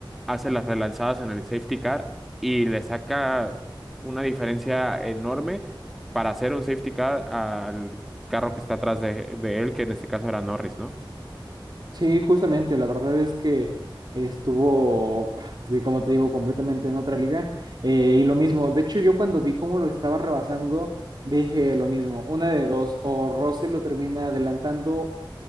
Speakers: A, in the centre; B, on the right.
A: hace las relanzadas en el safety car y le saca una diferencia enorme para hacer un safety car al carro que está atrás de, de él, que en este caso era Norris, ¿no?
B: Sí, justamente, la verdad es que estuvo, <sighs> sí, como te digo, completamente en otra liga. eh, y lo mismo, de hecho yo cuando vi cómo lo estaba rebasando, dije lo mismo, una de dos, o Russell lo termina adelantando